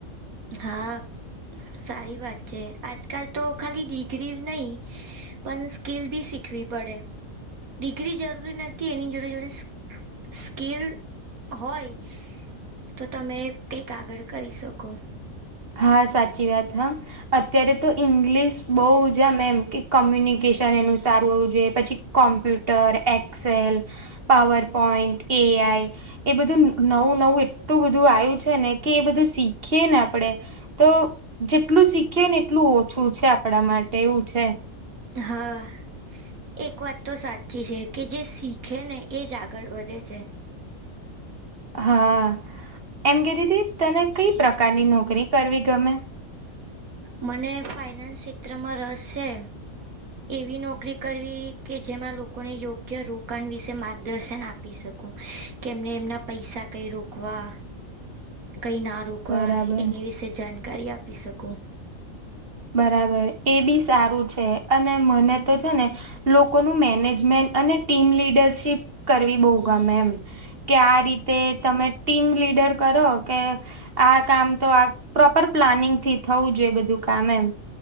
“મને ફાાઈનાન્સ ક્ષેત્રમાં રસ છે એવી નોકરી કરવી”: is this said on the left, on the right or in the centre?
Right